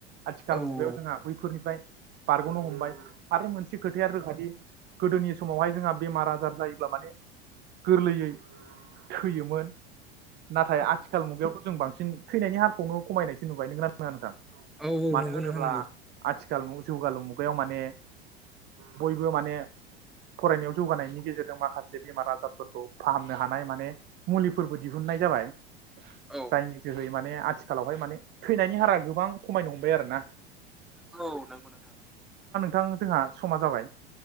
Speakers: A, on the right; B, in the centre.
A: आथिखाल
B: औ
A: मुगायाव जोंहा बैफोरनिफ्राय बारग'नो हमबाय। आरो मोनसे खोथाया रोखादि गोदोनि समावहाय जोंहा बेमार आजार जायो ब्ला माने गोरलैयै थैयोमोन। नाथाय आथिखाल मुगायावथ' जों बांसिन थैनायनि हा खौनो खमायनाय सो नुबाय नोंगोना नोंङा नोंथां?
B: औ
A: मानो
B: नंगौ
A: होनोब्ला
B: नोंथां नंगौ
A: आथि जालमु जौगालु मुगायाव माने बयबो माने फरायनायाव जौगानायनि गेजेरजों माखासे बेमार आजारफोरखौ फाहामनो हानाय माने मुलिफोरबो दिहुननाय जाबाय।
B: औ
A: जायनि जोहै माने आथि खालावहाय माने थैनायनि हारा गोबां खमायनो हमबाय आरो ना?
B: औ नंगौ नोंथां
A: थां जोंहा समा जाबाय।